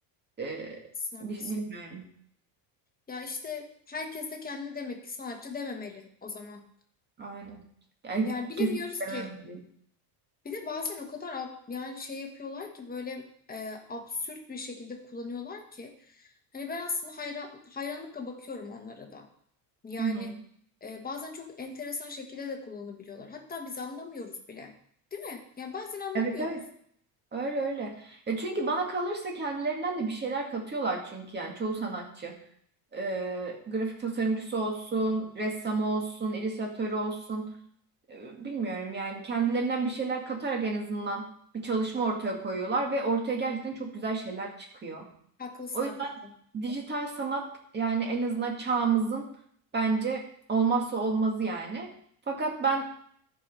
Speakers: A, on the right; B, on the left.
A: E,
B: Haklısın, haklısın.
A: bi- bilmiyorum.
B: Ya işte herkes de kendine demek ki sanatçı dememeli o zaman.
A: Aynen. Yani
B: Yani bilemiyoruz
A: kesinlikle
B: ki.
A: vermemeli.
B: Bir de bazen o kadar ab- yani şey yapıyorlar ki böyle e, absürt bir şekilde kullanıyorlar ki. Hani ben aslında hayran, hayranlıkla bakıyorum onlara da. Yani
A: Hı hı.
B: e, bazen çok enteresan şekilde de kullanabiliyorlar. Hatta biz anlamıyoruz bile. Değil mi? Yani bazen anlamıyoruz.
A: Evet evet. Öyle öyle. Ya çünkü bana kalırsa kendilerinden de bir şeyler katıyorlar çünkü yani çoğu sanatçı. E, grafik tasarımcısı olsun, ressamı olsun, illüstratörü olsun. E, bilmiyorum yani kendilerinden bir şeyler katarak en azından bir çalışma ortaya koyuyorlar ve ortaya gerçekten çok güzel şeyler çıkıyor.
B: Haklısın
A: O
B: haklısın.
A: yüzden dijital sanat yani en azından çağımızın bence olmazsa olmazı yani. Fakat ben